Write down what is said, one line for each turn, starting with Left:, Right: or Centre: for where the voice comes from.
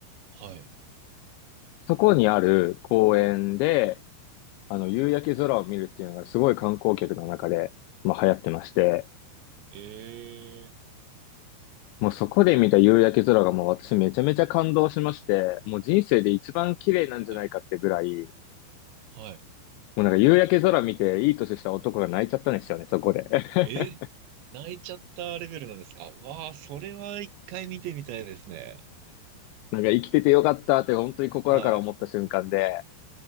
Right: はい。
Left: そこにある公園で、あの、夕焼け空を見るっていうのがすごい観光客の中で、まあ、流行ってまして、
Right: ええ
Left: もうそこで見た夕焼け空がもう私めちゃめちゃ感動しまして、もう人生で一番綺麗なんじゃないかってぐらい、
Right: ー、はい。はい。
Left: もうなんか夕焼け空見ていい年した男が泣いちゃったんですよね、そこで。<laughs>
Right: えー、泣いちゃったレベルなんですかわあ、それは一回見てみたいですね。
Left: なんか生きててよかったって本当に心から思った瞬間で、
Right: はい。